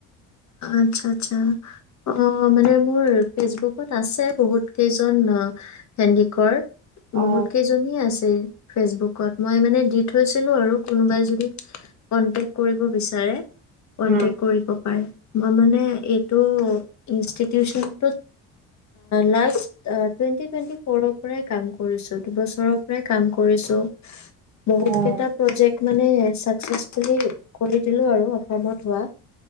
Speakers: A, on the left; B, on the right.
A: আচ্ছা আচ্ছা। অ' মানে মোৰ ফেচবুকত আছে বহুত কেইজন হেণ্ডিকৰ।
B: অ',
A: বহুত কেইজনীয়ে আছে। উম ফেচবুকত, মই মানে দি থৈছিলো আৰু কোনোবাই যদি কন্টেক্ট কৰিব বিচাৰে।
B: উম,
A: কন্টেক কৰিব। পায়। মই মানে এইটো ইনষ্টিটিউচনটোত লা অ টুৱেণ্টি টুৱেন্টি ফ'ৰৰ পৰাই কাম কৰিছো দুবছৰৰ পৰাই কাম কৰিছো বহুত
B: অ',
A: কেইটা প্ৰজেক্ট মানে চাকচেচফুলি কৰি দিলো আৰু অসমত ৱ